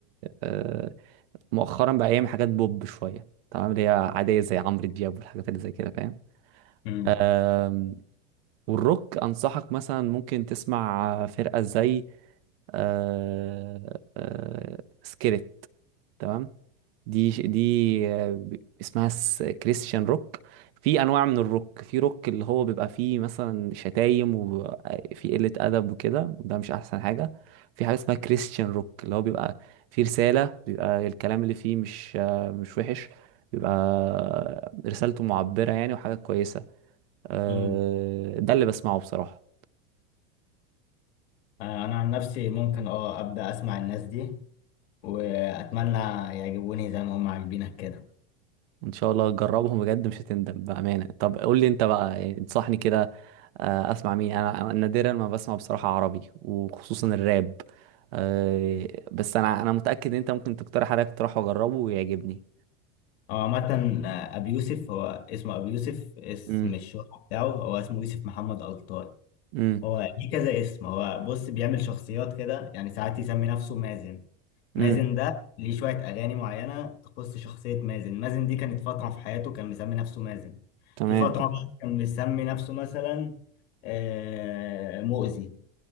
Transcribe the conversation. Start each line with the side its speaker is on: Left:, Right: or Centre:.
Right: آه، مؤخرا بقى يعمل حاجات بوب شويه تمام اللي هي عاديه زي عمرو دياب والحاجات اللي زي كده فاهم
Left: مم.
Right: آم، والروك انصحك مثلا ممكن تسمع فرقه زي آه، آه، سكيلت تمام دي دي آه، ب- اسمها س- كريستيان روك في انواع من الروك في روك اللي هو بيبقى فيه مثلا شتايم وفي قلة ادب وكده ده مش احسن حاجة في حاجة اسمها كريستيان روك اللي هو بيبقى فيه رسالة بيبقى الكلام اللي فيه مش آه، مش وحش بيبقى رسالته معبرة يعني وحاجة كويسة آه،
Left: مم.
Right: ده اللي بسمعه بصراحة
Left: آه، انا عن نفسي ممكن اه ابدا اسمع الناس دي واتمنى يعجبوني زي ما هم عاجبينك كده
Right: ان شاء الله جربهم بجد مش هتندم بامانه طب قول لي انت بقى إيه، انصحني كده آه، اسمع مين انا أنا نادرا ما بسمع بصراحه عربي وخصوصا الراب آه، بس انا انا متاكد ان انت ممكن تقترح عليا اقتراح واجربه ويعجبني
Left: هو عامة آه، أبي يوسف هو اسمه أبي يوسف اسم
Right: امم
Left: الشهرة بتاعه هو اسمه يوسف محمد ألطاي
Right: امم
Left: هو ليه كذا اسم هو بص بيعمل شخصيات كده يعني ساعات يسمي نفسه مازن
Right: امم
Left: مازن ده ليه شوية أغاني معينة تخص شخصية مازن مازن دي كانت فترة في حياته كان مسمي نفسه مازن
Right: تمام
Left: في فترة بقى كان مسمي نفسه مثلا آه، مؤذي